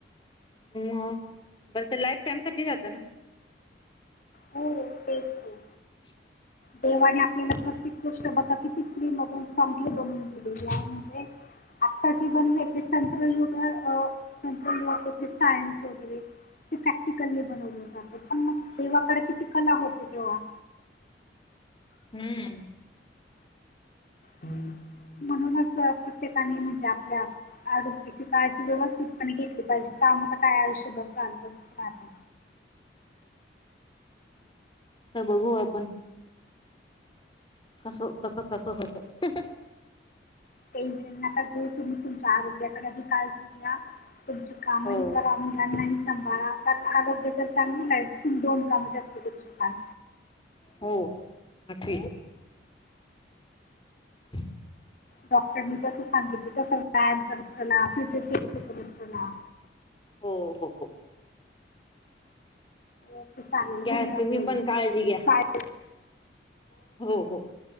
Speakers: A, on the left (about 25°); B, on the left (about 45°).
A: मग पर लाईफ टाइम साठी राहातं ना.
B: हो तेच की.
A: <inaudible>
B: देवाने आपल्याला प्रत्येक गोष्ट बघा किती फ्री मधून चांगले बनवून दिलेली आहे म्हणजे. आत्ता जे बनले ते तंत्रयुग अ तंत्रय युग ते सायन्स वगैरे. ते प्रॅक्टिकलली बनवले जाते पण मग देवाकडे किती कला होते तेव्हा
A: हम्म
B: म्हणूनच प्रत्येकाने आप आरोग्याची काळजी व्यवस्थितप घेतली पाहिजे काम आता काय आयुष्य बघ चालच राहत
A: बघू आपण कसं कसं कसं होत
B: टेन्शन नका घेऊ तुम्ही तुमच्या आरोग्याकडे ह काळजी घ्या तुमची कामही
A: हो
B: करा मुलांनाही सांभाळा कारण आरोग्य जर सांग तुमही दोन कामं जास्त करू शकाल
A: होठी ब
B: डॉक्टरनी जस सांगितलं तस व्यायाम करत चला फिजियोथेरपी करत चला
A: हो हो हो
B: ओके चालेल
A: घ्या
B: धन्यवाद
A: तुम्ही
B: त्यांनी
A: पण काळजी घ्या
B: काय
A: हो हो